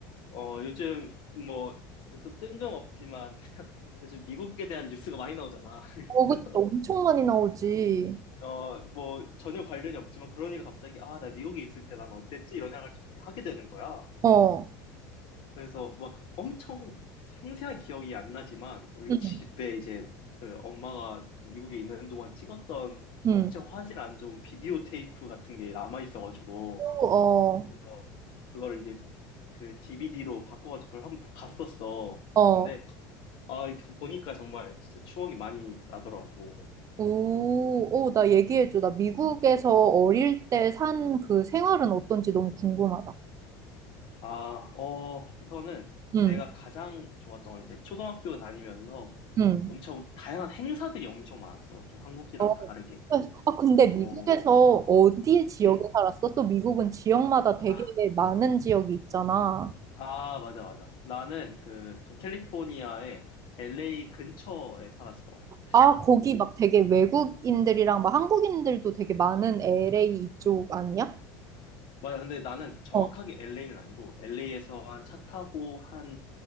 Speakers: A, on the left (about 55°); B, on the right (about 35°).
A: 어, 요즘 뭐, 진짜 좀 뜬금없지만, <laughs> 요즘 미국에 대한 뉴스가 많이 나오잖아. <laughs>
B: 어, 그치. 엄청
A: 그래서
B: 많이 나오지.
A: 어, 뭐, 전혀 관련이 없지만, 그러니까 갑자기, 아, 나 미국에 있을 때 난 어땠지? 이런 생각을 좀 이렇게 하게 되는 거야.
B: 어.
A: 그래서 막 엄청 생생한 기억이 안 나지만 우리
B: 응.
A: 집에 이제 그 엄마가 그 미국에 있는 동안 찍었던
B: 응.
A: 엄청 화질 안 좋은 비디오 테이프 같은 게 남아 있어가지고
B: 어,
A: 그래서 그거를 이제 그 DVD로 바꿔가지고 그걸 한번 봤었어.
B: 어.
A: 근데 아이 보니까 정말 진짜 추억이 많이 나더라고.
B: 오, 오, 나 얘기해줘. 나 미국에서 어릴 때 산 그 생활은 어떤지 너무 궁금하다.
A: 아, 어 우선은
B: 응,
A: 내가 가장 좋았던 건 이제 초등학교 다니면서
B: 응.
A: 엄청 다양한 행사들이 엄청 많았어. 좀 한국이랑
B: 어.
A: 다르게.
B: 아, 근데 미국에서
A: 뭐
B: 어디 지역에
A: 음.
B: 살았어? 또 미국은 지역마다 되게
A: 아,
B: 많은 지역이 있잖아.
A: 아, 맞아, 맞아. 나는 그 우선 캘리포니아의 LA 근처에 살았어.
B: 아, 거기
A: 뭐,
B: 막 되게 외국인들이랑 막 한국인들도 되게 많은 LA 이쪽 아니야?
A: 맞아. 근데 나는 정확하게
B: 어.
A: LA는 아니고 LA에서 한 차 타고 한,